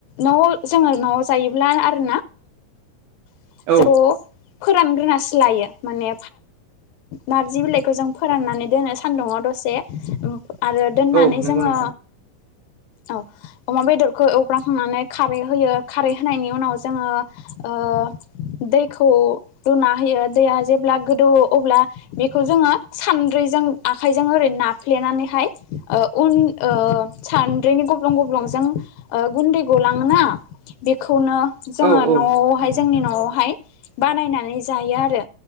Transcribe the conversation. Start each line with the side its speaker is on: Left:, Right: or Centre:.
Left: न'आव जोङो न'आव जायोब्ला आरोना <unintelligible>
Right: औ
Left: फोरानग्रोनासो लायो माने नारजि बिलाइखौ जों फोराननानै दोनो सानदुङाव दसे आरो दोननानै
Right: औ नंगौ
Left: जोङो
Right: नोंथां
Left: औ अमा बेदरखौ एवफ्रांखांनानै खारै होयो खारै होनायनि उनाव जोङो ओ दैखौ रुना होयो दैया जेब्ला गोदौवो अब्ला बेखौ जोङो सान सानद्रैजों आखाइजों ओरै नाफ्लेनानैहाय अन ओ सानद्रैनि गबलं गबलं जों गुन्दै गलाङोना बेखौनो जोङो
Right: औ औ
Left: न'आवहाय
Right: नंगौ नोंथां
Left: जोंनि न'आव बानायनानै जायो आरो